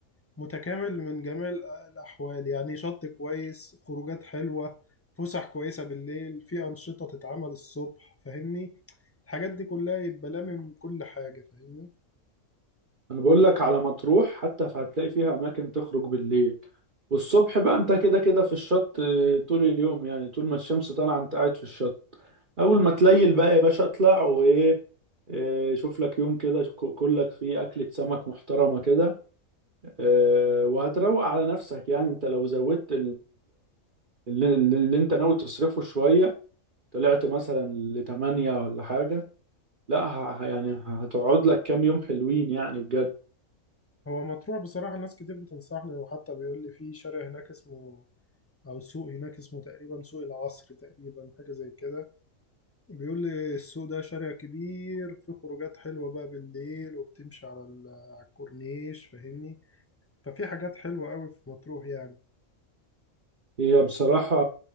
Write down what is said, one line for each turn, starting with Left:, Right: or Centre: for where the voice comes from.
Left: متكامل من جميع الاحوال يعني شط كويس خروجات حلوة فسح كويسة بالليل في انشطة تتعمل الصبح فاهمني الحاجات دي كلها يبقى لامم كل حاجة فاهمني
Right: انا بقول لك على مطروح حتى فهتلاقي فيها اماكن تخرج بالليل والصبح بقى انت كده كده في الشط آه، طول اليوم يعني طول ما الشمس طالعة انت قاعد في الشط اول ما تليل بقى يا باشا اطلع وايه آه، شوف لك يوم كده ك- كلك فيه أكلة سمك محترمة كده آه، وهتروق على نفسك يعني انت لو زودت اللي, اللي انت ناوي تصرفه شوية طلعت مثلا لتمانية ولا حاجة لا ه- ه- يعني هتقعد لك كام يوم حلوين يعني بجد
Left: هو مطروح بصراحة ناس كتير بتنصحني وحتى بيقول لي في شارع هناك اسمه او سوق هناك اسمه تقريبا سوق العصر تقريبا حاجة زي كده بيقول لي السوق ده شارع كبير في خروجات حلوة بقى بالليل وبتمشي على ال- على الكورنيش فاهمني ففي حاجات حلوة قوي في مطروح يعني
Right: هي بصراحة